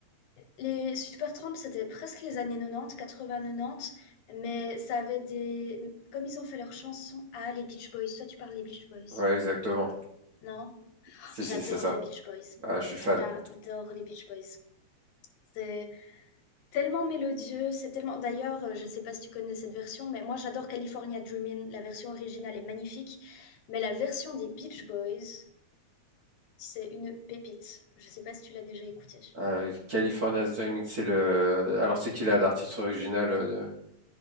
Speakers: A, on the left; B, on the right.
A: les Supertramp, c'était presque les années 90, 80-90, mais ça avait des... Comme ils ont fait leurs chansons... Ah, les Beach Boys, toi tu parles des Beach Boys.
B: Ouais, exactement.
A: Non?
B: C'est
A: J'adore
B: c'est c'est ça.
A: les Beach Boys.
B: Ah, je suis fan.
A: J'adore les Beach Boys. C'est tellement mélodieux, c'est tellement... D'ailleurs, euh, je sais pas si tu connais cette version, mais moi j'adore California Dreamin'. La version originale est magnifique, mais la version des Beach Boys, c'est une pépite. Je sais pas si tu l'as déjà écoutée.
B: Euh, California Dreaming, c'est le. Alors c'est qui là l'artiste original euh, de...